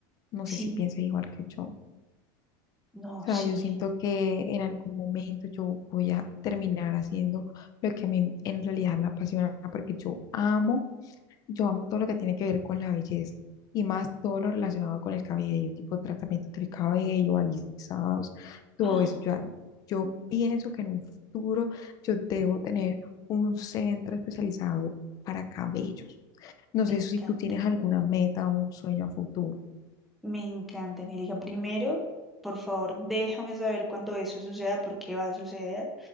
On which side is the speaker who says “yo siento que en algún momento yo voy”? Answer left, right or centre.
Left